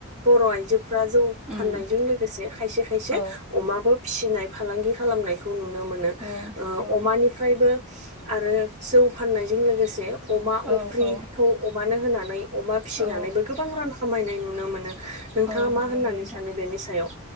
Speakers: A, on the right (about 30°); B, in the centre.
A: बर' आइजोफ्रा जौ
B: उम
A: फाननायजों लोगोसे खायसे खायसे
B: औ
A: अमाबो फिसिनाय फालांगि खालामनायखौ नुनो मोनो ओ
B: औ औ
A: अमानिफ्रायबो आरो जौ फाननायजों लोगोसे अमा
B: औ
A: अफ्रि
B: औ
A: खौ अमानो होनानै अमा फिसिनानैबो
B: औ
A: गोबां रां खामायनाय नुनो मोनो। नोंथाङा
B: औ नुनो
A: मा होननानै
B: मोनो नोंथां
A: सानो बेनि सायाव